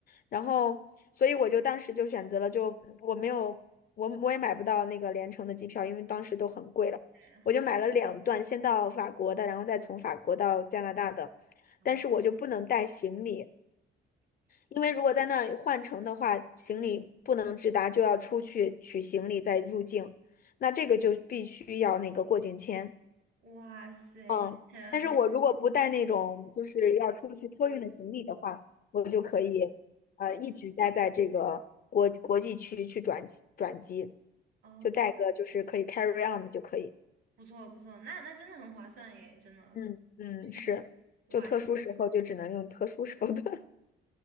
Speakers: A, on the left; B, on the right.
A: 然后，所以我就当时就选择了就，我没有，我我也买不到那个联程的机票，因为当时都很贵了，
B: 对，
A: 我就买了两段，
B: 好吧，
A: 先到法国的，然后再从法国到加拿大的，
B: 嗯
A: 但是我就不能带行李，
B: 天，
A: 因为如果在那儿换乘的话，行李不能直达，就要出去取行李再入境，那这个就必须要那个过境签。
B: 哇塞，
A: 嗯，
B: 天，
A: 但是我如果不带那种就是要出去托运的行李的话，我就可以呃一直待在这个国国际区去转机转机，
B: 哦。
A: 就带个就是可以 carry on 的就可以。
B: 不错不错，那那真的很划算耶，真的。
A: 嗯嗯，
B: 嗯，
A: 是，
B: 哇塞
A: 就特殊时候就只能用特殊手段。<laughs>